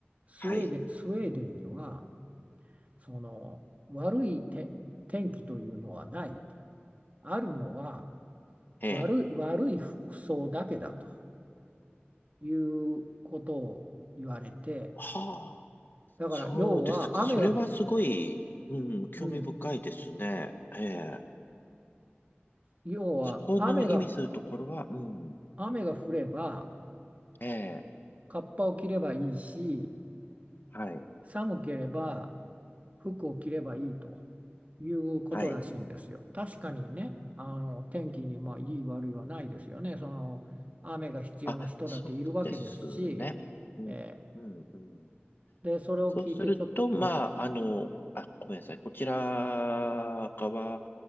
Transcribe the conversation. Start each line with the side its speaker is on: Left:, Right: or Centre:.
Right: スウェーデン、
Left: はい。
Right: スウェーデンには、その悪いて天気というのはないと。あるのは
Left: ええ。
Right: 悪い、悪い服装だけだということを言われて、
Left: はあ。
Right: だから要は雨が、
Left: そうですか。それはすごい、うん、興味深いですね。
Right: うん、
Left: ええ。
Right: 要は雨が、
Left: そこの意味するところは、うん。
Right: 雨が降れば
Left: ええ。
Right: カッパを着ればいいし、
Left: はい。
Right: 寒ければ服を着ればいいということらしいんですよ。
Left: はい。
Right: 確かにね、あの天気にまあいい悪いはないですよね。その雨が必要な人だっているわけですし、
Left: あ、そうですね。うん。
Right: え
Left: うん。うん。
Right: ーで、それを聞いてちょっと
Left: そうすると、まあ、あの、あ、ごめんなさい。こちら側